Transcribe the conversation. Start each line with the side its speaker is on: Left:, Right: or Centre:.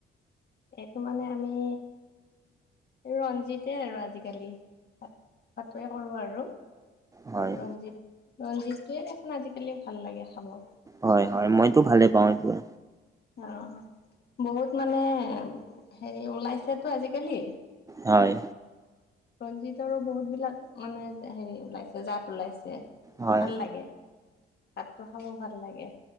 Left: এইটো মানে আমি ৰঞ্জিতে আৰু আজিকালি, তাত তাতেই কৰোঁ আৰু।
Right: হয়
Left: ৰঞ্জিত, ৰঞ্জিতটোয়ে দেখোন আজিকালি ভাল লাগে খাব।
Right: হয়, হয়, মইতো ভালে পাওঁ এইটোৱে।
Left: অঁ, বহুত মানে হেৰি ওলাইছেতো আজিকালি।
Right: হয়।
Left: ৰঞ্জিতৰো বহুত বিলাক মানে হেৰি ওলাইছে, জাত ওলাইছে।
Right: হয়
Left: ভাল লাগে, ভাতটো খাব ভাল লাগে।